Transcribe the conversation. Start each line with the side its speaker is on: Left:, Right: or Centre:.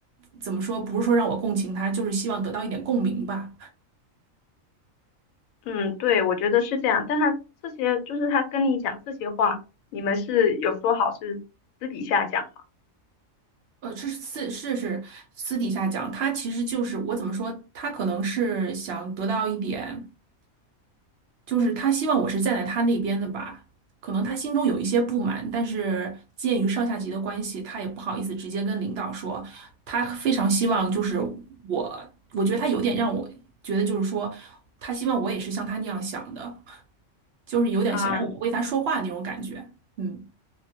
Right: 怎么说，不是说让我共情他，就是希望得到一点共鸣吧。
Left: 嗯，对，我觉得是这样。但他这些就是他跟你讲这些话，你们是有说好是私底下讲吗？
Right: 呃，这是私是是私底下讲，他其实就是我怎么说，他可能是想得到一点。就是他希望我是站在他那边的吧，可能他心中有一些不满，但是鉴于上下级的关系，他也不好意思直接跟领导说，他非常希望就是我，我觉得他有点让我觉得就是说，他希望我也是像他那样想的，就是有点想让我为他说话那种感觉。
Left: 啊、
Right: 嗯，